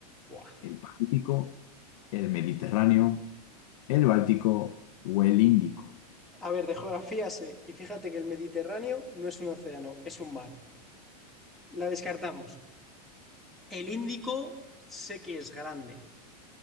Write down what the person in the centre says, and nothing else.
Buah.
A ver, de geografía sé. Y fíjate que el Mediterráneo no es un océano, es un mar. La descartamos. El Índico sé que es grande.